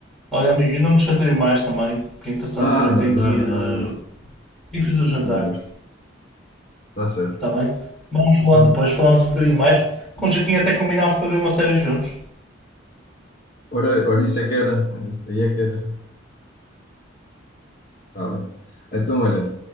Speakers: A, in the centre; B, on the left (about 45°).
A: Olha, amigo, eu não me chatei mais também, porque entretanto
B: Nada,
A: também tenho
B: nada,
A: que ir. eh,
B: nada disso.
A: tenho que fazer o jantar.
B: Foi um gosto. Está certo.
A: Está bem? Vamos falando
B: Então,
A: depois, falamos um bocadinho mais. Com jeitinho até combinámos para ver uma série juntos.
B: ora, ora, isso é que era. É Isto aí é que era. Está bem. Então, olha,